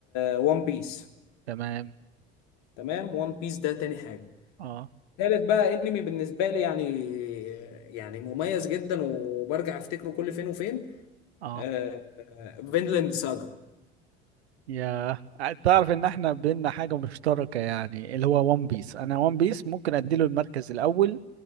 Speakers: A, on the left; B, on the right.
A: وان بيس
B: تمام
A: تمام وان بيس ده تاني حاجه
B: اه
A: تالت بقى انمي بالنسبه لي يعني يعني مميز جدا وبرجع افتكره كل فين وفين
B: اه
A: آه، آه، فينلاند ساجا
B: يا تعرف ان احنا بينا حاجة مشتركة يعني اللي هو ون بيس انا ون بيس ممكن اديله المركز الاول